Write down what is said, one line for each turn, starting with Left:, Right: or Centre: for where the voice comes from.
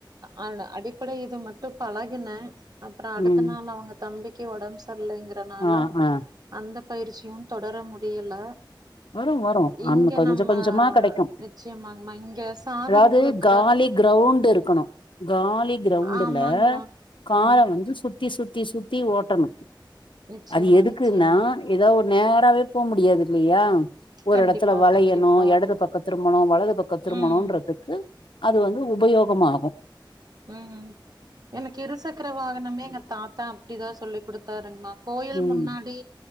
Right: அ அடிப்படை இது மட்டு பழகுன அப்றோ அடுத்த
Left: ம்
Right: நாள் அவுங்க தம்பிக்கி ஒடம் சர்லைங்றனால
Left: ஆ ஆ
Right: அந்த பயிற்சியு தொடர முடியல
Left: வரு வரு
Right: இங்க
Left: ஆமா கொஞ்ச
Right: நம்ம
Left: கொஞ்சமா கெடைக்கு
Right: நிச்சயமாங்மா இங்க சாதம்
Left: அதாவது
Right: குடுக்
Left: காலி கிரௌண்ட் இருக்கனு காலி கிரௌண்டுல
Right: ஆமாங்மா
Left: கார
Right: ஆ
Left: வந்து சு த்தி சுத்தி சுத்தி ஓட்டனு
Right: நிச்சயமா
Left: அது எதுக்குன்னா
Right: நிச்சயமா
Left: ஏதாவ் ஒரு நேராவே போ முடியாது இல்லையா ஒரு
Right: கண்டிப்பா
Left: எடத்துல வளையணு
Right: கண்டிப்பா
Left: எடது பக்க திரும்பணு வலது பக்க திரும்பணுன்றதுக்கு
Right: ம்
Left: அது வந்து உபயோகமாகு
Right: ம்ம் எனக் இருசக்கர வாகனமே எங்க தாத்தா அப்டிதா சொல்லி்குடுத்தாருங்மா கோயில்
Left: ம்
Right: முன்னாடி